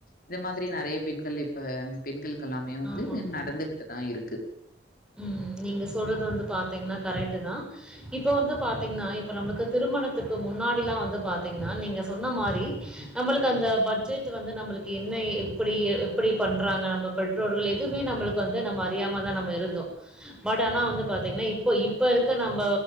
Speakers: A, on the left; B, in the centre.
A: இந்த மாதிரி நெறைய பெண்கள் இப்ப பெண்களுக்கு எல்லாமே வந்து
B: ஆமாங்க.
A: நடந்துக்கிட்டு தா இருக்கு
B: ம் நீங்க சொல்றது வந்து பாத்தீங்கன்னா கரெட்டு தா இப்ப வந்து பாத்தீங்கன்னா இப்ப நம்மக்கு திருமணத்துக்கு முன்னாடி எல்லா வந்து பாத்தீங்கன்னா நீங்க சொன்ன மாரி நம்பளுக்கு அந்த பட்ஜெட் வந்து நம்பளுக்கு என்ன எப்டி எப்டி பண்றாங்க நம்ம பெற்றோர்கள் எதுவுமே நம்மளுக்கு வந்து நம்ம அறியாம தா நம்ம இருந்தோ பட் ஆனா வந்து பாத்திங்கன்னா இப்போ இப்போ இருக்க நம்ப